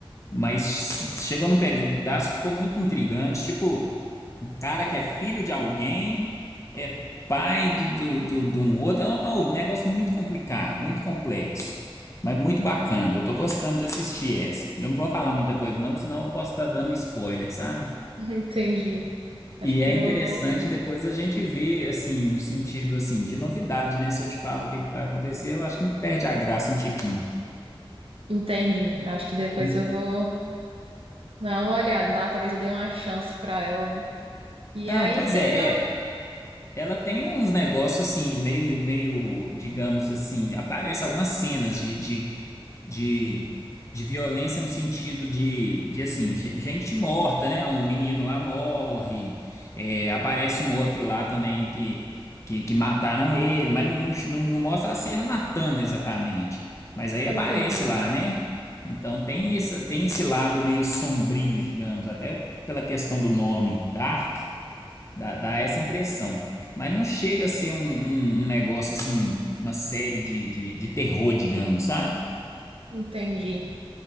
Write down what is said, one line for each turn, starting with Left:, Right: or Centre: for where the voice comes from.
Left: Mas chegou num pedaço que ficou muito intrigante. Tipo, um cara que é filho de alguém, é pai do, do, do- de um outro. É um é um negócio muito complicado, muito complexo. Mas muito bacana. Eu tô gostando de assistir essa. Eu não vou falar muita coisa, não, senão eu posso estar dando spoiler, sabe?
Right: entendi. Acho
Left: E
Right: que
Left: é
Right: eu
Left: interessante
Right: vou ver. de-
Left: depois a gente ver, assim, no sentido, assim, de novidade, né? Se eu te falo o que que vai acontecer, eu acho que perde a graça um tiquinho.
Right: Entendi. Acho que depois
Left: né?
Right: eu vou. Dá uma olhada, dá- talvez eu dê uma chance pra ela, né? E
Left: Não,
Right: aí
Left: pois
Right: tem.
Left: é,
Right: do-
Left: é. Ela tem uns negócios, assim, meio, meio, digamos assim, aparece algumas cenas de, de de, de violência no sentido de, de assim, ge- gente morta, né? Um menino lá morre, é, aparece um outro lá também que, que, que mataram ele, mas não, não, não- não mostra a cena matando exatamente. Mas aí
Right: Entendi,
Left: aparece lá, né? Então tem essa, tem esse lado meio sombrio, digamos, até pela questão do nome Dark, dá, dá essa impressão. Mas não chega a ser um, um- um negócio assim, uma série de, de, de terror, digamos, sabe?
Right: entendi.